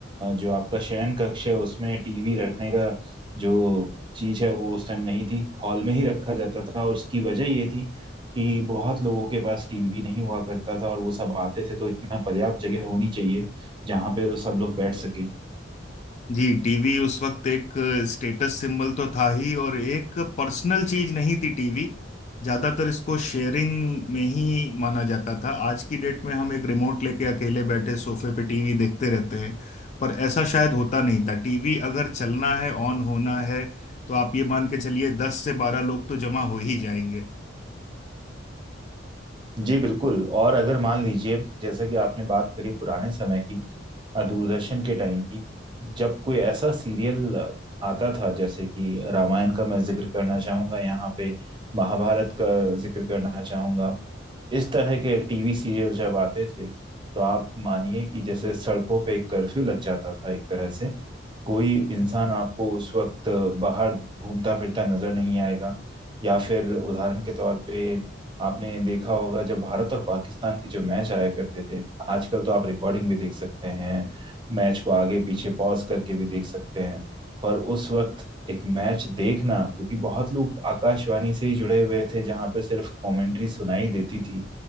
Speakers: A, on the right (about 25°); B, on the left (about 40°).
A: जो आपका शयन कक्ष है उसमें टीवी रखने का जो चीज है वो उस टाइम नहीं थी हॉल में ही रखा जाता था और उसकी वजह ये थी कि बहुत लोगों के पास टीवी नहीं हुआ करता था और वो सब आते थे तो इतना पर्याप्त जगह होनी चाहिए जहाँ पे वो सब लोग बैठ सके
B: जी टीवी उस वक्त एक स्टेटस सिंबल तो था ही और एक पर्सनल चीज नहीं थी टीवी ज्यादातर इसको शेयरिंग में ही माना जाता था आज की डेट में हम एक रिमोट लेके अकेले बैठे सोफे पे टीवी देखते रहते हैं पर ऐसा शायद होता नहीं था टीवी अगर चलना है ऑन होना है तो आप ये मान के चलिए दस से बारह लोग तो जमा हो ही जाएंगे
A: जी बिल्कुल और अगर मान लीजिए जैसा कि आपने बात करी पुराने समय की अ, दूरदर्शन के टाइम की जब कोई ऐसा सीरियल आता था जैसे कि रामायण का मैं जिक्र करना चाहूंगा यहाँ पे महाभारत का जिक्र करना चाहूंगा इस तरह के टीवी सीरियल जब आते थे तो आप मानिए कि जैसे सड़कों पे एक कर्फ्यू लग जाता था एक तरह से कोई इंसान आपको उस वक्त बाहर घूमता फिरता नजर नहीं आएगा या फिर उदाहरण के तौर पे आपने देखा होगा जब भारत और पाकिस्तान के जो मैच आया करते थे आजकल तो आप रिकॉर्डिंग भी देख सकते हैं मैच को आगे पीछे पॉज करके भी देख सकते हैं पर उस वक्त एक मैच देखना क्योंकि बहुत लोग आकाशवाणी से ही जुड़े हुए थे जहां पे सिर्फ कमेंट्री सुनाई देती थी